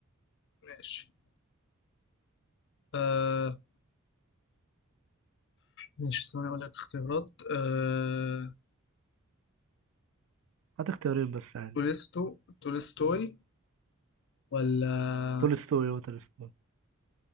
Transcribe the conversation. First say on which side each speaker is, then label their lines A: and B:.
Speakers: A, on the left (about 55°); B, on the right (about 65°).
A: ماشي آه ماشي ثواني أقول لك اختيارات آه
B: هات اختيارين بس يعني
A: تولستو تولستوي ولا
B: تولستوي هو تولستوي